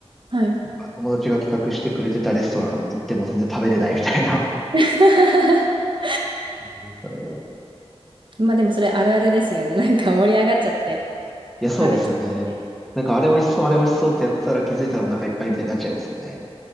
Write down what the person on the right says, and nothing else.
はい。
<laughs>
まあでもそれあるあるですよね。なんか盛り上がっちゃって
食べちゃって